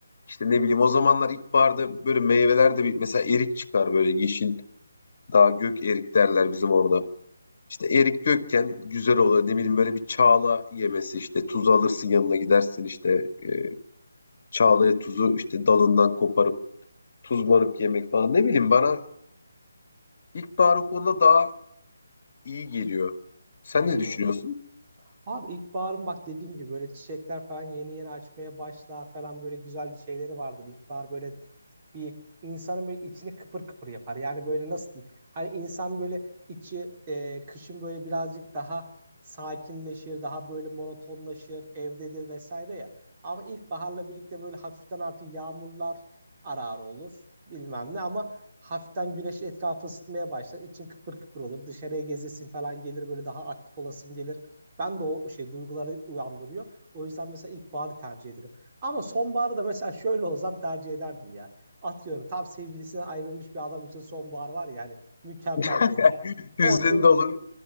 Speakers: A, on the left; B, on the right.
A: İşte ne bileyim o zamanlar ilkbaharda böyle meyveler de bir mesela erik çıkar böyle yeşil. Daha gök erik derler bizim orada. İşte Erik Gökçen güzel oluyor. Ne bileyim böyle bir çağla yemesi işte tuzu alırsın yanına gidersin işte e, çağlaya tuzu işte dalından koparıp tuzlanıp yemek falan. Ne bileyim bana ilkbahar o konuda daha iyi geliyor. Sen
B: Hmm.
A: ne düşünüyorsun?
B: Abi ilkbaharın bak dediğin gibi böyle çiçekler falan yeni yeni açmaya başlar falan böyle güzel şeyleri vardır. İlkbahar böyle bir insanın böyle içini kıpır kıpır yapar. Yani böyle nasıl diyeyim? Hani insan böyle içi e, kışın böyle birazcık daha sakinleşir, daha böyle monotonlaşır, evdedir vesaire ya. Ama ilkbaharla birlikte böyle hafiften artık yağmurlar arar olur bilmem ne ama hafiften güneş etrafı ısıtmaya başlar. İçin kıpır kıpır olur. Dışarıya gezesin falan gelir böyle daha aktif olasın gelir. Ben de o şey duyguları uyandırıyor. O yüzden mesela ilkbaharı tercih ederim. Ama sonbaharı da mesela <laughs> şöyle olsam tercih ederdim ya. Atıyorum tam sevgilisinden ayrılmış bir adam için sonbahar var ya hani mükemmel
A: <laughs>
B: böyle. Yani.
A: Hüzün
B: Otur,
A: dolu